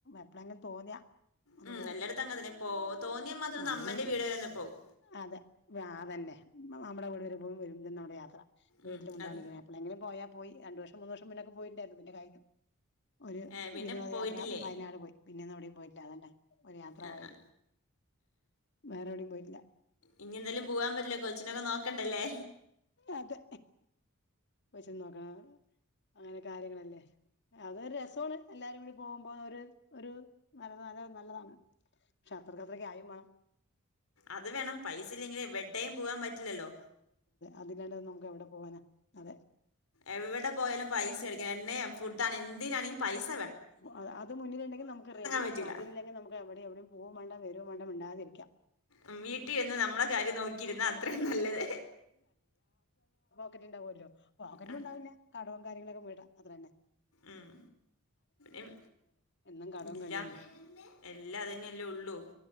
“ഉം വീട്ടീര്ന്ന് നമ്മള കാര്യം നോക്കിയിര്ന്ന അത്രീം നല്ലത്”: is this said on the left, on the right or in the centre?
Left